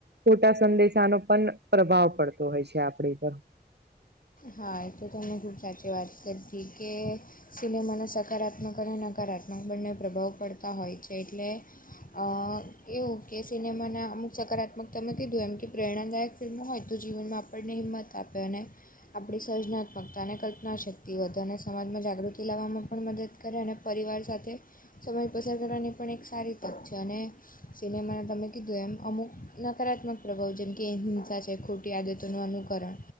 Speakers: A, on the right (about 75°); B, on the left (about 55°).
A: ખોટા સંદેશાનો પણ પ્રભાવ પડતો હોય આપડી પર
B: હા એ તો તમે ખૂબ સાચી વાત કીધી કે સિનેમાનો સકારાત્મક અને નકારાત્મક બંને પ્રભાવ પડતા હોય છે. એટલે અ એવું કે સિનેમાના અમુક સકારાત્મક તમે કીધું એમ કે પ્રેરણાદાયક ફિલ્મો હોય તો, જીવનમાં આપણને હિંમત આપે અને આપણી સર્જનાત્મકતા અને કલ્પનાશક્તિ વધે અને સમાજમાં જાગૃતિ લાવવામાં પણ મદદ કરે અને પરિવાર સાથે સમય પસાર કરવાની પણ એક સારી તક છે અને સિનેમાના તમે કીધું એમ અમુક નકારાત્મક પ્રભાવ જેમ કે હિંસા છે. ખોટી ટી આદતોનું અનુકરણ